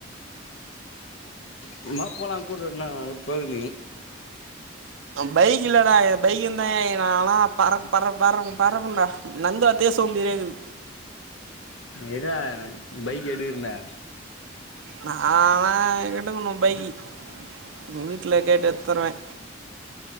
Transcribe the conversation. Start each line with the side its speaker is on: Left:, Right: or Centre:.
Left: ஆ வா போலா கூட்ரோட்னா <unintelligible> நீ
Right: பைக் இல்லடா எ பைக் இர்ந்தா எ நாலா பற பறப் பரப் பரப்பண்டா நட்ந்து வர்தே சோம்பேறியாக்கீது
Left: இர்ரா பைக் எடுக்கிரண்டா
Right: நாலா எடுக்கணு பைக்கி வீட்ல கேட் எத்தருவே